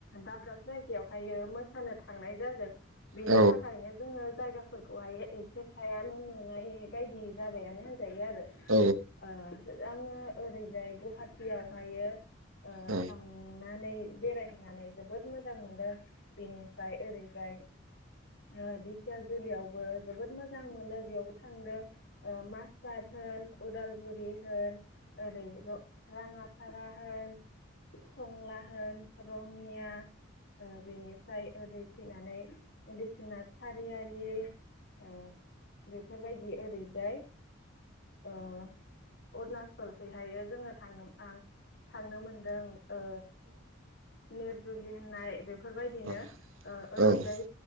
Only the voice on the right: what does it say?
औ
औ
औ
औ
औ